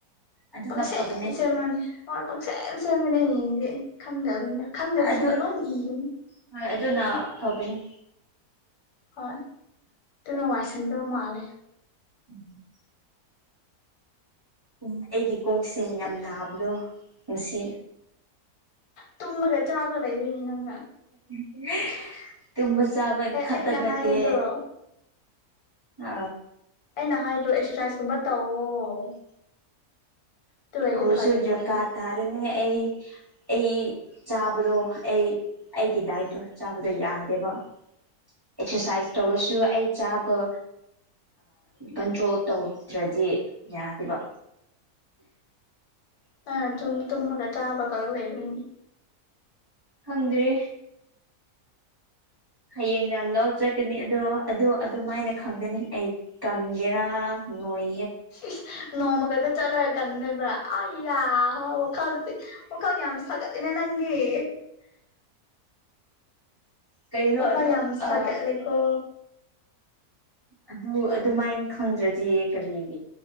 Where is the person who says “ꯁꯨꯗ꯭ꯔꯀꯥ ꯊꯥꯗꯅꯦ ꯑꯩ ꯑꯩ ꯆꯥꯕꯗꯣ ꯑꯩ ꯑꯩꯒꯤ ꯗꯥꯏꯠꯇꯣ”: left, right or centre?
Right